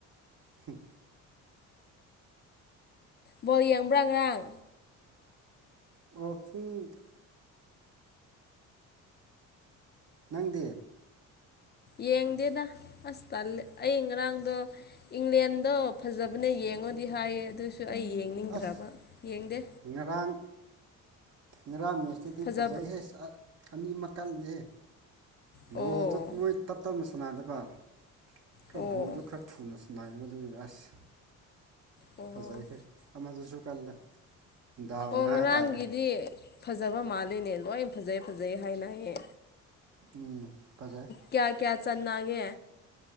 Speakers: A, on the right (about 50°); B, on the left (about 30°).
A: ꯍꯨꯝ
B: ꯕꯣꯜ ꯌꯦꯡꯕ꯭ꯔꯥ ꯉꯔꯥꯡ
A: ꯑꯣ ꯄꯨꯡ ꯅꯪꯗꯤ
B: ꯌꯦꯡꯗꯦꯗ ꯑꯁ ꯇꯜꯂꯦ ꯑꯩ ꯉꯔꯥꯡꯗꯣ ꯏꯪꯂꯦꯟꯗꯣ ꯐꯖꯕꯅꯦ ꯌꯦꯡꯉꯣꯗꯤ ꯍꯥꯏꯌꯦ ꯑꯗꯨꯢꯁꯨ ꯑꯩ ꯌꯦꯡꯅꯤꯡꯗ꯭ꯔꯕ
A: ꯑꯁ
B: ꯌꯦꯡꯗꯦ
A: ꯉꯔꯥꯡ ꯉꯔꯥꯡ ꯃꯦꯁꯇꯨꯗꯤ
B: ꯐꯖꯕ꯭ꯔꯣ
A: ꯐꯖꯩꯍꯦ ꯁꯠ ꯑꯅꯤ ꯑꯃ ꯀꯜꯂꯦ
B: ꯑꯣ
A: ꯕꯣꯜꯗꯣ ꯃꯣꯏ ꯇꯞ ꯇꯞꯅ ꯁꯥꯟꯅꯗꯕ ꯈꯔ
B: ꯑꯣ
A: ꯕꯣꯜꯗꯣ ꯈꯔ ꯊꯨꯅꯁꯨ ꯁꯥꯟꯅꯗ꯭ꯔꯗꯤ ꯑꯁ
B: ꯑꯣ
A: ꯐꯖꯩꯍꯦ ꯑꯃꯗꯨꯁꯨ ꯀꯟꯅ ꯗꯥꯎꯅꯤ
B: ꯑꯣ
A: ꯍꯥꯏ
B: ꯉꯔꯥꯡꯒꯤꯗꯤ
A: ꯇꯥꯔꯦ
B: ꯐꯖꯕ ꯃꯥꯜꯂꯤꯅꯦ ꯂꯣꯏ ꯐꯖꯩ ꯐꯖꯩ ꯍꯥꯏꯅꯩꯌꯦ
A: ꯎꯝ ꯄꯖꯩ
B: ꯀ꯭ꯌꯥ ꯀ꯭ꯌꯥ ꯆꯅꯥꯒꯦ